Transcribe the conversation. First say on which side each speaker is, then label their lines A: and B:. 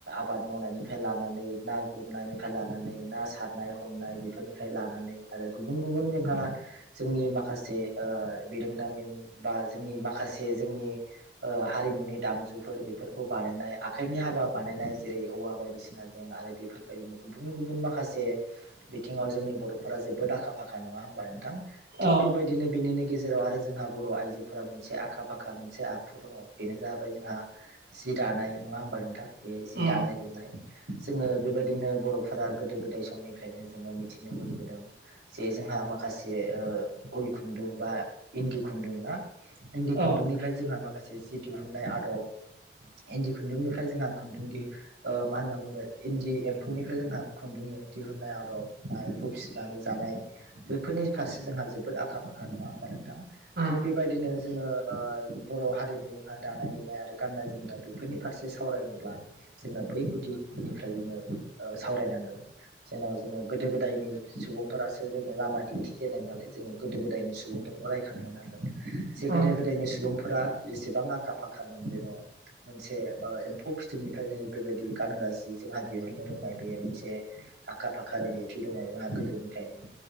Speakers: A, on the right; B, on the right.
A: आबाद मावनायनिफ्राय लानानै ना गुरनायनिफ्राय लानानै ना सारनाय हमनाय बेफोरनिफ्राय लानानै आरो गुबुन गुबुन जोंहा जोंनि माखासे बिरोंदामिन बा जोंनि माखासे माख लोगोसे जोंनि हारिमुनि दामजुफोर बेफोरखौ बानायनाय आखाइनि हाबा बानायनाय जेरै औवा बायदिसिनाजों आरो बेफोरबायदिनो गुबुन गुबुन माखासे बिथिङाव जोंनि बर' फोर जोबोद आखा फाखा नङा हबा नोंथां थिग
B: औ
A: बेबायदिनो बेनि गेजेर जेराव आरो जोंहा बर' आइजोफोरा मोनसे आखा फाखा मोनसे आखु दङ बेनो जाबैाय जोंहा द दानाय नङा होमबा नोंथां बे जि
B: उम
A: दानाय लुनाय जोङो बेबायदिनो बर'फोरा गोदो गोदाय समनिफ्रायनो जोङो मिथिनो मोनबोदों। जे जोंहा माखासे उल खुन्दुं बा इन्दि खुन्दुं ना इन्दि खुन्दुंनिफ्राय
B: औ
A: जोंहा माखासे जि दिहुननाय आदब इन्दि खुन्दुंनिफ्राय जोंहा खुन्दुं दि मा होनना बुङो इन्दि एम्फौनिफ्राय जोंहा खुन्दुङयो दिहुननाय आद'ब आ एम्फो फिसिनानै जानाय बैफोरनि फारसे जोंहा जोबोद आखा फाखा नङा होनोमबानो थिग
B: उम
A: बेबायदिनो जोङो बर' हारिनि जोंहा दानाय लुनाय आरो गाननाय जोमनाय बेफोरनि फारसे सावरायनोब्ला जोंङो बै गुदिनिफ्राय जोंङो सावरायनांगोन जेन जोङो गोदो गोदायनि सुबुंफोरा जोंनो लामा दिन्थि जेननाय नालाय जोङो गोदो गोदायनि सुबुंफोरखौ रायखांनो नांगोन जे
B: उम
A: गोदो गोदायनि सुबुंफोर फोर्रा एसेबां आखा फाखामोन जेन' मोनसे एम्फौ फिथोबनिफ्रायनो बेबायदि गानग्रा जि जोंहा दिहुननो रोंनाय बे मोनसे आखा फाखा रोंगौथि दनङ जोंहा गोदो खायनो